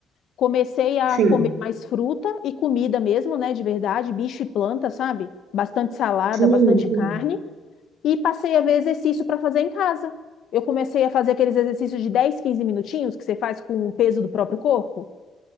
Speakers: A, on the left; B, on the right.
A: Comecei a
B: Sim,
A: comer mais fruta e comida mesmo, né, de verdade, bicho e planta, sabe? Bastante salada,
B: sim,
A: bastante
B: sim.
A: carne. E passei a ver exercício para fazer em casa. Eu comecei a fazer aqueles exercícios de 10, 15 minutinhos que você faz com o peso do próprio corpo.